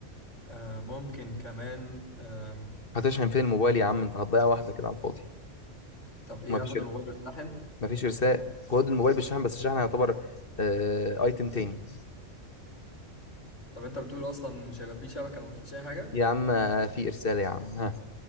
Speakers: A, on the left (about 70°); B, on the left (about 45°).
A: آه ممكن كمان آم.
B: هتشحن فين الموبايل يا عم انت هتضيع واحده كده على الفاضي
A: طب ايه
B: ما فيش
A: هاخد الموبايل واتشحن
B: ما فيش ارسال خد الموبايل بالشحن بس الشحن يعتبر آه... ايتم تاني
A: طب انت بتقول اصلا مش هيبقى فيه شبكة او مفيش اي حاجة
B: يا عم آه، في ارسال يا عم ها